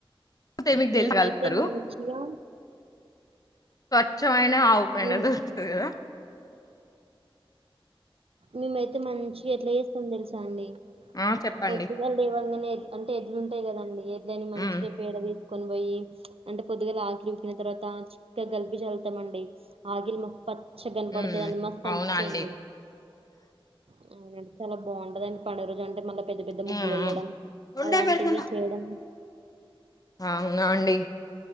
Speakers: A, on the left; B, on the right.
A: దొరుకుతాయి మీకు
B: మేమైతే
A: తెలుసా కలుపుతారు.
B: మంచిగా
A: చో <unintelligible> నో ఆవు పెండ
B: మేం
A: దొరుకుతది గదా
B: మేమైతే మంచిగ ఎట్ల జేస్తాం తెలుసా అండి
A: ఆ! చెప్పండి.
B: పొద్దుగల్ లేవంగనే అంటే ఎడ్లు ఉంటాయ్ కదండి ఎడ్లని మంచిగా
A: హ్మ్.
B: పేడ తీసుకొని పోయి అంటే పొద్దుగల ఆకిలి ఊకిన తర్వాత చిక్కగలిపి చల్లుతామండి ఆగిలి మ ప చ్చిగన్
A: హ్మ్.
B: పడుతదండి మస్త్
A: అవునా
B: అనిపిస్సదండి
A: అండి.
B: హు హ్మ్ చాలా బావుంటదండి పండుగ రోజు అంటే మళ్ళా పెద్ద పెద్ద
A: హ్మ్.
B: ముగ్గులెయ్యడం
A: హ్మ్.
B: అలాంటివి చేయడం
A: అవునా అండి